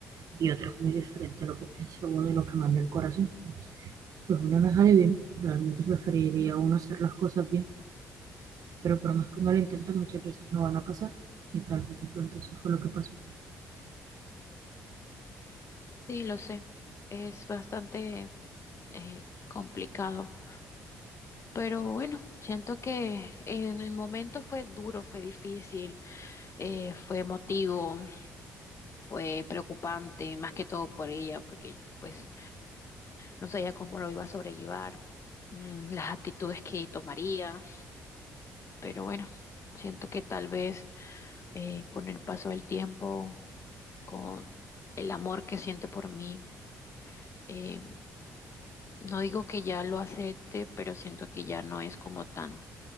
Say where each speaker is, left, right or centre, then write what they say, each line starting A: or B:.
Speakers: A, on the right; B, on the left.
A: y otra es muy diferente a lo que piensa uno y lo que manda el corazón. Pues uno no es adivino, realmente preferiría uno hacer las cosas bien, pero por más que uno lo intenta, muchas veces no van a pasar. Y tal vez de pronto eso fue lo que pasó.
B: Sí, lo sé, es bastante eh, complicado, pero bueno, siento que en el momento fue duro, fue difícil, eh, fue emotivo, fue preocupante, más que todo por ella, porque pues no sabía cómo lo iba a sobrellevar, mm, las actitudes que tomaría, pero bueno. Siento que tal vez eh, con el paso del tiempo con el amor que siente por mí. Eh, no digo que ya lo acepte, pero siento que ya no es como tan,